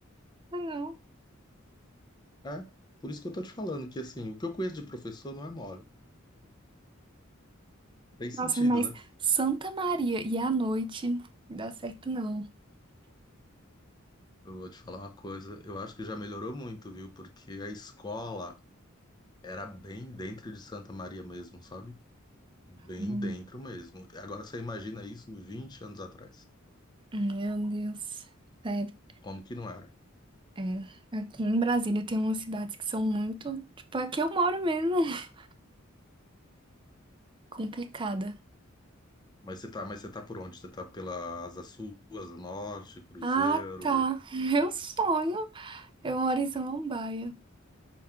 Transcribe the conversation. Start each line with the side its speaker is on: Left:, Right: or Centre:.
Right: Legal.
Left: É, por isso que eu tô te falando que assim, o que eu conheço de professor não é mole. Tem sentido,
Right: Nossa, mas
Left: né?
Right: Santa Maria e à noite não dá certo não.
Left: Eu vou te falar uma coisa, eu acho que já melhorou muito, viu? Porque a escola era bem dentro de Santa Maria mesmo, sabe? Bem
Right: Hum.
Left: dentro mesmo. Agora você imagina isso 20 anos atrás.
Right: Meu Deus. Sério.
Left: Como que não era?
Right: É. Aqui em Brasília tem umas cidades que são muito. Tipo, aqui eu moro mesmo. <laughs> Complicada.
Left: Mas você tá, mas você tá por onde? Você tá pela Asa Sul, Asa Norte, Cruzeiro.
Right: Ah, tá. Meu sonho. Eu moro em Samambaia.